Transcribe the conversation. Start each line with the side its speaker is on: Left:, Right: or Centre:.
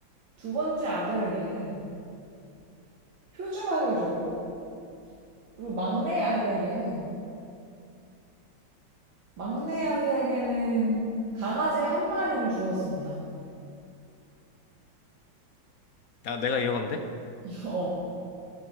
Right: 두 번째 아들에게는 표주막을 주었고 그리고 막내 아들에게는 막내 아들에게는 강아지 한 마리를 주었습니다.
Left: 아, 내가 이어가면 돼?
Right: <laughs> 어